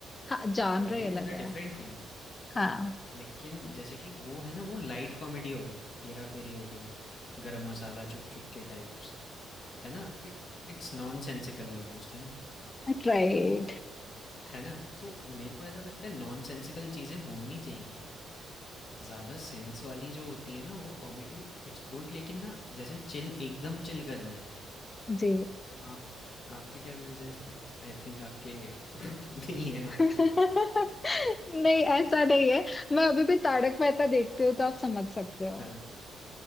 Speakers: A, on the left; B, on the left.
A: हाँ जानर
B: Twilight
A: ही अलग
B: is a
A: है
B: different thing.
A: हाँ
B: लेकिन जैसे कि वो है ना, वो लाइट कॉमेडी हो गई, हेरा-फेरी हो गई, गरम मसाला, चुप चुप के टाइप्स। है ना इट इट्स नॉनसेंसिकल ऑलमोस्ट है ना
A: राइट
B: तो है ना तो मेरे को ऐसा लगता है नॉनसेंसिकल चीज़ें होनी चाहिए ज़्यादा सेंस वाली जो होती है ना वो कॉमेडी इट्स गुड लेकिन ना जैसे चिल एकदम चिल करना है
A: जी
B: तो आप आपके क्या व्यूज़ हैं इस पे आई थिंक आपके <laughs> नहीं है आप
A: नहीं ऐसा नहीं है मैं अभी भी तारक मेहता देखती हूँ तो आप समझ सकते हो
B: हाँ